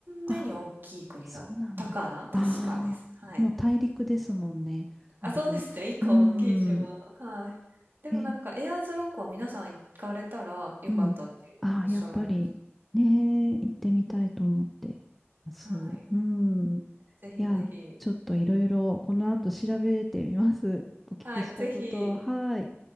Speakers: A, in the centre; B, on the right.
A: あ、
B: 目に大きい国だったかな確かです。
A: そうなんだ。ああ、
B: はい。
A: もう大陸ですもんね、あれは。
B: あ、そうですね。<laughs> 一個大きい島。
A: うーん、
B: はい。でもなんかエアーズロックは皆さん行かれたらよかったっておっしゃられますね。
A: え、うん。ああ、やっぱり、ね
B: うん。
A: え、行ってみたいと思ってます。
B: はい。
A: うん。い
B: ぜひぜひ。
A: や、ちょっといろいろ、この後調べてみます。お聞きしたこと。
B: はい。ぜひ。
A: はい。